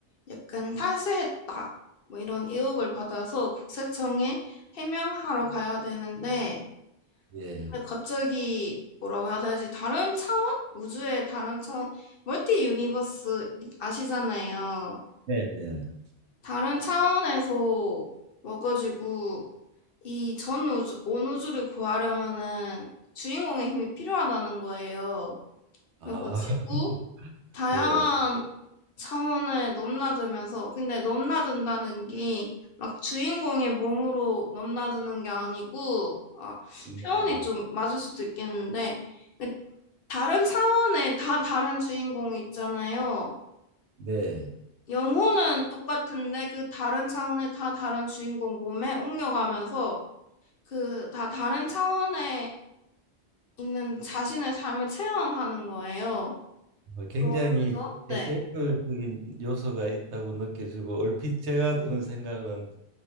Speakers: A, on the left; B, on the right.
A: 약간 탈세했다. 뭐 이런 의혹을 받아서 국세청에 해명하러 가야 되는데
B: 예.
A: 근데 갑자기 뭐라고 해야 되지? 다른 차원? 우주의 다른 차원? 멀티 유니버스 아시잖아요.
B: 네네.
A: 다른 차원에서 와가지고 이 전 우주, 온 우주를 구하려면은 주인공의 힘이 필요하다는 거예요.
B: 아,
A: 그러니까 지구
B: <laughs>
A: 다양한
B: 예.
A: 차원을 넘나들면서 근데 넘나든다는 게 막 주인공의 몸으로 넘나드는 게 아니고 아,
B: 네.
A: 표현이 좀 맞을 수도 있겠는데 그 다른 차원에 다 다른 주인공이 있잖아요.
B: 네.
A: 영혼은 똑같은데 그 다른 차원에 다 다른 주인공 몸에 옮겨가면서 그 다 다른 차원의 있는 자신의 삶을 체험하는 거예요.
B: 뭐 굉장히
A: 그러면서 네,
B: SF적인 요소가 있다고 느껴지고 얼핏 제가 드는 생각은